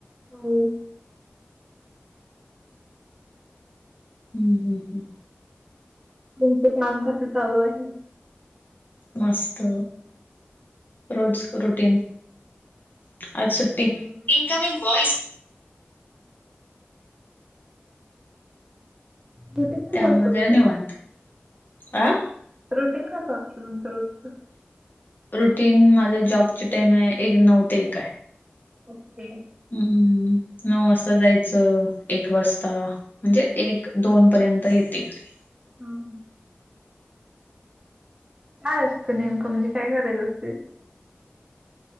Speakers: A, on the right (about 20°); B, on the left (about 50°).
A: हो
B: हम्म हम् हम्
A: तुमचं काम कसं चालू आहे
B: मस्त रोज रुटीन
A: कसं
B: आज
A: असतं
B: सुट्टी
A: तुमचं रुटीन?
B: इनकमिंग वॉइस
A: रुटीन कसं
B: त्यामुळे
A: असत
B: जरा
A: तुमचं
B: निवांत. अ
A: रुटीन कस असतं तुमचं रोजच
B: रुटीन माझा जॉब ची टाइम आहे एक नऊ ते एक आहे
A: ओके
B: हम्म हम ह नऊ वाजता जायचं एक वाजता म्हणजे एक दोन पर्यंत येते घरी
A: हं, हं. काय असतं नेमकं म्हणजे काय करायच असतय